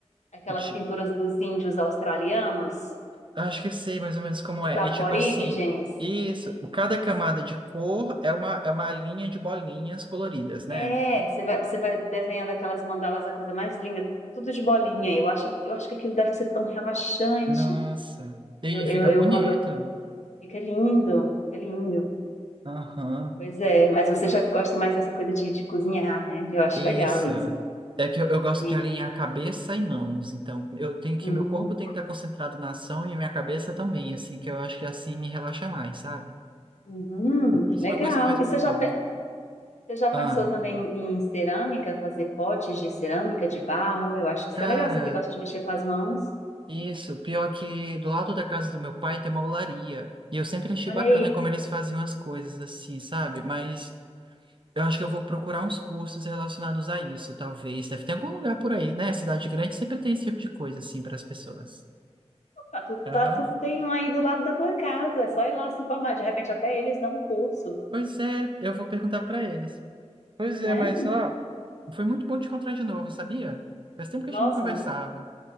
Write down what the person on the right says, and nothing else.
Ti-
Acho que sei mais ou menos como
é.
E tipo assim, isso. Cada camada de cor é uma, é uma linha de bolinhas coloridas, né?
Nossa. E
aí
fica
bonito.
Aham.
Isso.
É que eu, eu gosto
de alinhar cabeça e mãos, então eu tenho que
meu corpo tem que estar concentrado na ação e a minha cabeça também, assim, que eu acho que assim me relaxa mais, sabe?
É por isso
uma coisa mais
mental.
Ah,
cara,
isso, pior que do lado da casa do meu pai tem uma olaria, e eu sempre achei
bacana
como eles faziam as coisas assim, sabe? Mas eu acho que eu vou procurar uns cursos relacionados a isso, talvez. Deve ter algum lugar por aí, né? Cidade grande sempre tem esse tipo de coisa assim para as pessoas.
Aham.
Pois é, eu vou perguntar pra eles. Pois
é, mas ó, foi muito bom te encontrar de novo, sabia? Faz tempo que
a gente não conversava.